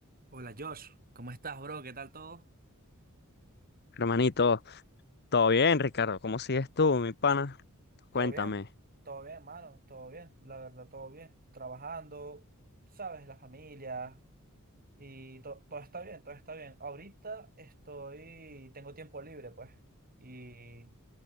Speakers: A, on the right; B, on the left.
A: Hola Josh, ¿cómo estás, bro? ¿Qué tal todo?
B: Hermanito, ¿todo bien, Ricardo? ¿Cómo sigues tú, mi pana?
A: Todo
B: Cuéntame.
A: bien, todo bien, mano, todo bien, la verdad, todo bien. Trabajando, tú sabes, la familia y to- todo está bien, todo está bien. Ahorita estoy, tengo tiempo libre, pues, y